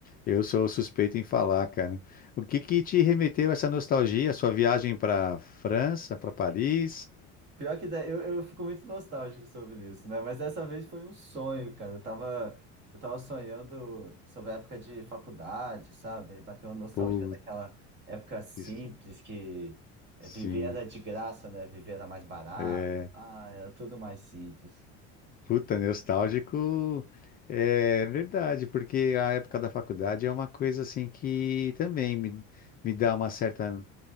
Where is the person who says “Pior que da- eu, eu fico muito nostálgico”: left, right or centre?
Right